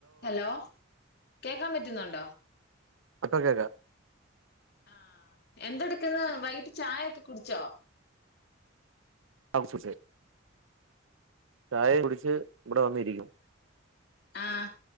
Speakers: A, on the left; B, on the right.
A: ഹലോ കേക്കാൻ പറ്റുന്നുണ്ടോ
B: ഇപ്പോ കേക്കാം
A: ആ എന്തടു- വൈകിട്ട് ചായ ഒക്കെ കുടിച്ചോ
B: <inaudible> ചായ കുടിച്ച് ഇവിടെ വന്നിരിക്കും
A: ആ